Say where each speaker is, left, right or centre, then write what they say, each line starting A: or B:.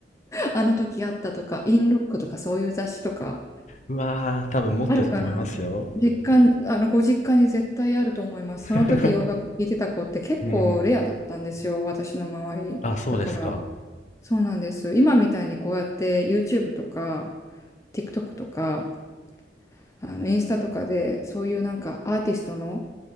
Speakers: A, on the left; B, on the left.
A: あの時あったとか、インロックとかそういう雑誌とか、
B: うわー、多分持ってたと思いますよ。
A: あるかな実家、あの、ご実家に絶対あると思います。その時洋楽聴いてた子って結構レアだったんですよ、
B: <laughs> うん。
A: 私の周り。
B: あ、そうですか。
A: だから、そうなんです。今みたいにこうやって YouTube とか、TikTok とか、あの、インスタとかで、そういうなんかアーティストの、